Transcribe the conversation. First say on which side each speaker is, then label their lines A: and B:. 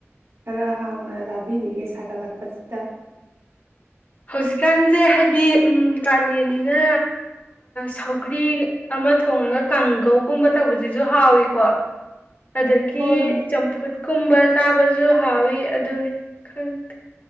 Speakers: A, on the right; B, on the left.
A: ꯈꯔ ꯍꯥꯎꯅ ꯆꯥꯕꯤꯔꯤꯒꯦ ꯁꯥꯒꯠꯂꯛꯄꯁꯤꯗ
B: ꯍꯧꯖꯤꯛꯀꯥꯟꯁꯦ ꯍꯥꯏꯗꯤ ꯀꯥꯂꯦꯟꯅꯤꯅ ꯁꯧꯒ꯭ꯔꯤ ꯑꯃ ꯊꯣꯡꯉꯒ ꯀꯥꯡꯒꯧꯒꯨꯝꯕ ꯇꯧꯕꯁꯤꯁꯨ ꯍꯥꯎꯏꯤꯀꯣ ꯑꯗꯒꯤ
A: ꯍꯣꯏ
B: ꯆꯝꯐꯨꯠ ꯀꯨꯝꯕ ꯆꯥꯕꯁꯨ ꯍꯥꯎꯋꯤ ꯑꯗꯨꯅꯤ ꯈꯪꯗꯦ